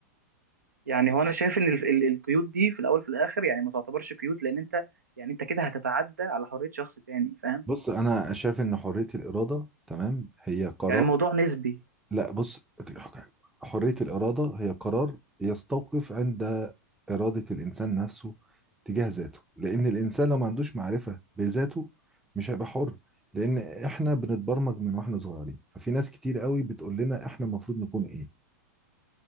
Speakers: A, on the right (about 80°); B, in the centre.
A: يعني هو انا شايف ان ال- ال- القيود دي في الاول في الاخر يعني ما تعتبرش قيود لان انت يعني انت كده هتتعدى على حرية شخص تاني فاهم
B: بص أنا شايف إن حرية الإرادة تمام هي قرار
A: يعني الموضوع نسبي
B: لا بص حرية الإرادة هي قرار يستوقف عند إرادة الإنسان نفسه تجاه ذاته لأن الإنسان لو ما عندوش معرفة بذاته مش هيبقى حر لأن إحنا بنتبرمج من وإحنا صغيرين ففي ناس كتير قوي بتقول لنا إحنا المفروض نكون إيه